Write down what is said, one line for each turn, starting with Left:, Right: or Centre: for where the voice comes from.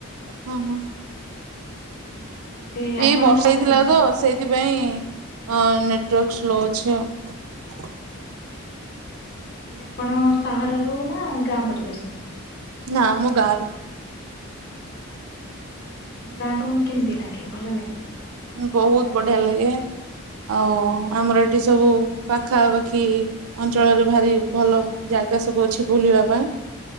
Right: ହୁଁ ହୁଁ
Left: ହଁ <inaudible> ଆପଣ
Right: ଏଇ ବର୍ଷା
Left: ଗାଁରେ
Right: ହେଇଥିଲା
Left: ପଢିଛନ୍ତି।
Right: ତ ସେଇଥିପାଇଁ ଅ ନେଟୱର୍କ ସ୍ଲୋ ଅଛି ଆଉ,
Left: ହେଲେ ଆପଣ ସହରରୁ ନା ଗାଁ ପରିବେଶରୁ?
Right: ନାଁ ମୁଁ ଗାଁରୁ।
Left: ଆଛା ମୋ ଗାଁ ତ ମ କେମିତି ଲାଗେ, ଭଲ ଲାଗେ
Right: ବହୁତ ବଢିଆ ଲାଗେ ଆଉ ଆମର ଏଠି ସବୁ ପାଖାପାଖି ଅଞ୍ଚଳରେ ଭାରି ଭଲ ଯା ଜାଗା ସବୁ ଅଛି ବୁଲିବା ପାଇଁ,